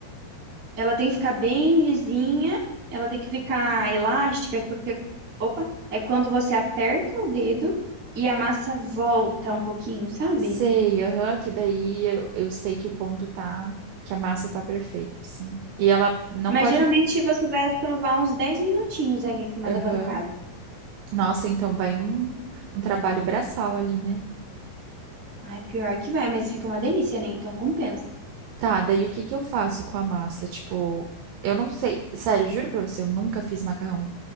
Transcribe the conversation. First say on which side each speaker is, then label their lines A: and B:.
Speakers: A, on the right; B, on the right.
A: Ela tem que ficar bem lisinha, ela tem que ficar elástica, que, que- opa, é quando você aperta o dedo e a massa volta um pouquinho, sabe?
B: Sei, aham, que daí eu, eu sei que o ponto tá, que a massa tá perfeita, sim. E ela não
A: Mas
B: pode.
A: geralmente você vai sovar uns 10 minutinhos ali em cima
B: Aham.
A: da bancada.
B: Nossa, então vai um, um trabalho braçal ali, né?
A: Ai, pior que vai, mas fica uma delícia, né? Então compensa.
B: Tá, daí o que que eu faço com a massa? Tipo, eu não sei, sério, juro pra você, eu nunca fiz macarrão